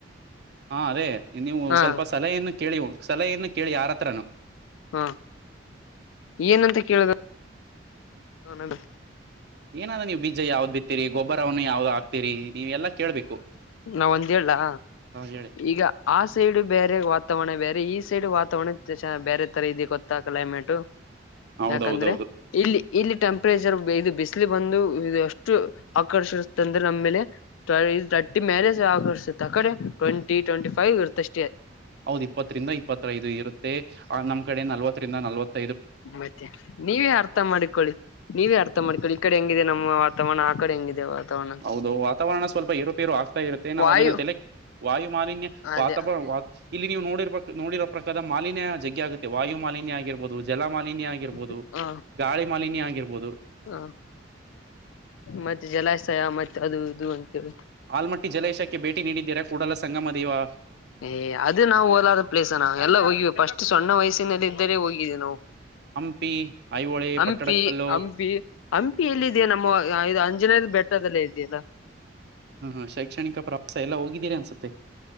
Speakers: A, on the right; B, on the left.
A: ಹಾ ಅದೇ ನೀವು
B: ಹಾ
A: ಸ್ವಲ್ಪ ಸಲಹೆಯನ್ನ ಕೇಳಿ ಸಲಹೆಯನ್ನ ಕೇಳಿ ಯಾರತ್ರನು
B: ಹ್ಮ. ಏನಂತ ಕೇಳ್ಬೇಕ? ಹಾ ನಡಿ
A: ಏನಾದ್ರೂ ನೀವು ಬೀಜ ಯಾವ್ದ್ ಬಿತ್ತೀರಿ ಗೊಬ್ಬರವನ್ನ ಯಾವ್ದ್ ಹಾಕ್ತೀರಿ ನೀವ ಎಲ್ಲಾ ಕೇಳ್ಬೇಕು.
B: ನಾವ ಒಂದ್ ಹೇಳ್ಯಾ
A: ಹ ಹೇಳಿ
B: ಈಗ ಆ ಸೈಡ್ ಬೇರೆ ವಾತಾವರಣ ಬೇರೆ ಈ ಸೈಡ್ ವಾತಾವರಣ ಬೇರೆ ತರ ಇ ಗೊತ್ತಾ ಕ್ಲೈಮೇಟ್
A: ಹೌದೌದೌದು
B: ಯಾಕಂದ್ರೆ ಇಲ್ಲಿ ಇಲ್ಲಿ ಟೆಂಪರೇಚರ್ ಇದು ಬಿಸಿಲಿ ಬಂದು ಇದು ಅಷ್ಟು ಆಕರ್ಷಿಸತ ಅಂದ್ರೆ ನಮ್ಮೇಲೆ. ಇದು ತರ್ಟ್ಟಿ ಮ್ಯಾರೇಜ್ ಆಗರ್ಸತ್ ಆ ಕಡೆ ಟ್ವೆಂಟಿ ಟ್ವೆಂಟಿ ಫೈವ್ ಇರ್ತಷ್ಟೇ.
A: ಹೌದ್ ಇಪ್ಪತ್ತರಿಂದ ಇಪ್ಪತ್ತೈದು ಇರುತ್ತೆ ಆ ನಮ್ ಕಡೆ ನಲ್ವತ್ತರಿಂದ ನಲ್ವತ್
B: ಮತ್ತೆ ನೀವೇ ಅರ್ಥ ಮಾಡ್ಕೊಳ್ಳಿ ನೀವೇ ಅರ್ಥ ಮಾಡ್ಕೊಳ್ಳಿ. ಈ ಕಡೆ ಹೆಂಗಿದೆ ನಮ್ಮ ವಾತಾವರಣ ಆ ಕಡೆ ಹೆಂಗಿದೆ ವಾತಾವರಣ
A: ಹೌದು ವಾತಾವರಣ ಸ್ವಲ್ಪ ಏರುಪೇರು ಆಗ್ತಾ ಇರುತ್ತೆ ನಾವು
B: ವಾಯು
A: ಅದನ್ನ ತಲೆ ವಾಯು ಮಾಲಿನ್ಯ
B: ಅದೇ
A: ವಾತಾವರಣ ಇಲ್ಲಿ ನೀವು ನೋಡಿರಬೇಕ ನೋಡಿರೋ ಪ್ರಕಾರ ಮಾಲಿನ್ಯ ಜಗ್ಗೆ ಆಗುತ್ತೆ. ವಾಯು ಮಾಲಿನ್ಯ ಆಗಿರಬಹುದು ಜಲ ಮಾಲನ್ಯ ಆಗಿರಬಹುದು
B: ಹ
A: ಗಾಳಿ ಮಾಲಿನ್ಯ ಆಗಿರಬಹುದು.
B: ಹಾ ಮತ್ತೆ ಜಲಾಶಯ ಮತ್ತೆ ಅದು ಇದು ಅಂತ ಹೇಳಿ
A: ಆಲಮಟ್ಟಿ ಜಲಾಶಕ್ಕೆ ಭೇಟಿ ನೀಡಿದ್ದೀರಾ ಕೂಡಲಸಂಗಮದೇವಾ
B: ಏ ಅದು ನಾವು ಹೊಲಾರ್ದ ಪ್ಲೇಸ್ ಅಣ್ಣ ಎಲ್ಲ ಹೋಗ್ವಿ ಫಸ್ಟ್ ಸಣ್ಣ ಹೋಗ ವಯಸ್ಸಿನಲ್ಲೇ ಇದ್ದರೆ ಹೋಗಿದೆ ನಾವು
A: ಹಂಪಿ ಐಹೊಳೆ
B: ಹಂಪಿ
A: ಪಟ್ಟಡಕಲ್ಲು
B: ಹಂಪಿ ಹಂಪಿ ಎಲ್ಲಿದೆಯ ನಮ್ಮದು ಅಂಜನಾದ್ರಿ ಬೆಟ್ಟದಲ್ಲಿ ಲ್ಲ ಇದೆಯಲ್ಲ.
A: ಹ್ಮ ಶೈಕ್ಷಣಿಕ ಪ್ರವಾಸ ಎಲ್ಲಾ ಹೋಗಿದ್ದೀರಾ ಅನ್ಸುತ್ತೆ.